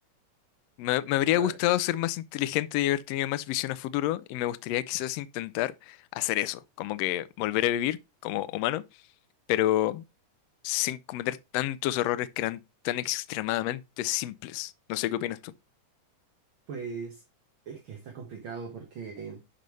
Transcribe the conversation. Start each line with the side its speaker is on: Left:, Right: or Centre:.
Left: me, me habría
Right: Ba-
Left: gustado ser más inteligente y haber tenido más visión a futuro, y me gustaría quizás intentar hacer eso, como que volver a vivir como humano, pero sin cometer tantos errores que eran tan extremadamente simples. No sé qué opinas tú.
Right: Pues es que está complicado porque,